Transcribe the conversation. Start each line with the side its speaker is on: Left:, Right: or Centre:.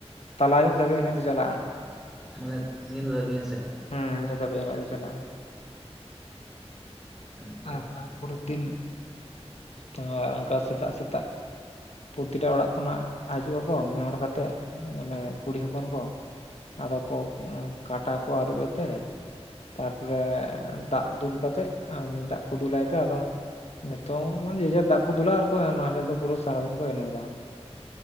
Left: ᱛᱟᱞᱟ ᱟᱭᱩᱵ ᱫᱷᱟᱹᱵᱤᱡ ᱮᱱᱮᱡ ᱫᱚ ᱪᱟᱞᱟᱜᱼᱟ᱾
Centre: ᱢᱟᱱᱮ ᱧᱤᱫᱟᱹ ᱫᱷᱟᱹᱵᱤᱡ ᱦᱮᱸᱥᱮ?
Left: ᱦᱩᱸ ᱧᱤᱫᱟᱹᱫᱷᱟᱵᱤᱡ ᱮᱱᱮᱡ ᱫᱚ ᱪᱟᱞᱟᱜ-ᱟ
Centre: ᱟᱪᱪᱷᱟ
Left: ᱟᱨ ᱛᱟᱨ ᱯᱚᱨᱮ ᱛᱤᱱ ᱟᱜ ᱚᱱᱠᱟ ᱥᱮᱛᱟᱜ ᱥᱮᱛᱟᱜ ᱯᱨᱚᱛᱤᱴᱟ ᱚᱲᱟᱜ ᱠᱷᱚᱱᱟᱜ ᱦᱤᱡᱩᱜ ᱟᱠᱚ ᱢᱤᱫ ᱦᱚᱲ ᱠᱟᱛᱮᱜ ᱢᱟᱱᱮ ᱠᱩᱲᱤ ᱦᱚᱯᱚᱱ ᱠᱚ ᱟᱫᱚ ᱠᱚ ᱠᱟᱴᱟ ᱠᱚ ᱟᱨᱩᱵᱮ ᱛᱮ ᱛᱟᱨᱯᱚᱨᱮ ᱫᱟᱜ ᱫᱩᱞ ᱠᱟᱛᱮᱫ ᱫᱟᱜ ᱠᱚ ᱫᱩᱞᱟᱭ ᱛᱮ ᱟᱫᱚ ᱡᱚᱛᱚ ᱢᱟᱱᱮ ᱡᱮᱡᱟᱨ ᱫᱟᱜ ᱠᱚ ᱫᱩᱞᱟᱜᱼᱟ ᱟᱨ ᱮᱱ ᱦᱤᱞᱳᱜ ᱫᱚ ᱯᱩᱨᱟᱹ ᱥᱟᱨᱟᱫᱤᱱ ᱠᱚ ᱮᱱᱮᱡᱟ᱾